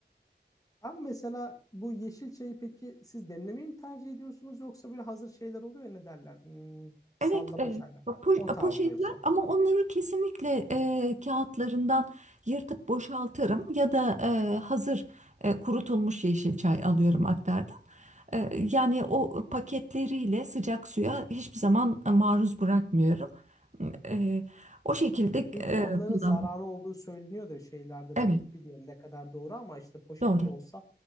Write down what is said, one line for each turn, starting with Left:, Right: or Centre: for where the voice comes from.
Left: Abi mesela bu yeşil çayı peki siz demlemeyi mi tercih ediyorsunuz yoksa böyle hazır şeyler oluyor ya ne derler? Hmm, sallama
Right: Evet, e,
Left: çaylar.
Right: po-
Left: O tarz
Right: poşetler
Left: mı yoksa?
Right: ama onları kesinlikle e, kağıtlarından yırtıp boşaltırım ya da e, hazır e, kurutulmuş yeşil çay alıyorum aktardan. E, yani o paketleriyle sıcak suya hiçbir zaman e, maruz bırakmıyorum. E, o şekilde
Left: Çünkü
Right: e,
Left: onların
Right: kullanıyorum.
Left: zararı olduğu söyleniyor da şeylerde
Right: Evet,
Left: böyle bilmiyorum ne kadar doğru ama işte poşet
Right: doğru.
Left: de olsa